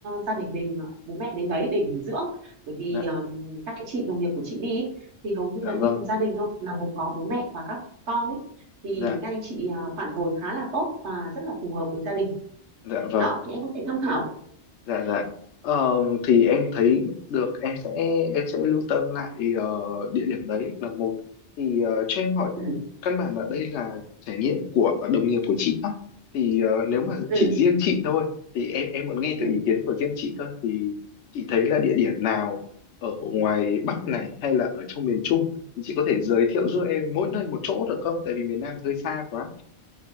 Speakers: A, on the right; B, on the left.
A: gia đình mình ờ, bố mẹ đến đấy để nghỉ dưỡng bởi vì
B: dạ
A: um, các anh chị đồng nghiệp của chị đi ý, thì hầu như
B: dạ
A: là
B: vâng
A: đi cùng gia đình thôi là gồm có bố mẹ và các con ấy thì
B: dạ
A: các anh chị à, phản hồi khá là tốt và rất là phù hợp với gia đình
B: dạ vâng
A: đó thì em có thể tham khảo
B: dạ dạ Ờ, thì em thấy được em sẽ em sẽ lưu tâm lại ờ, địa điểm đấy là một thì ờ, cho em hỏi
A: ừ
B: căn bản là đây là trải nghiệm của đồng nghiệp của chị á thì ờ, nếu mà
A: ừ
B: chỉ riêng chị thôi thì em em muốn nghe
A: ừ
B: từ ý kiến của riêng chị cơ thì chị thấy là địa điểm nào ở ngoài Bắc này hay là ở trong miền Trung thì chị có thể giới thiệu
A: ừ
B: giúp em mỗi nơi một chỗ được không tại vì miền Nam hơi xa quá